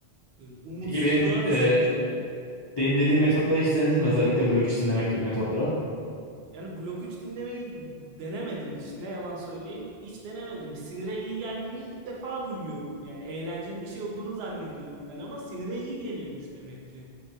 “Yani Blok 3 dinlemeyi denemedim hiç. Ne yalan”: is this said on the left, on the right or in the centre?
Right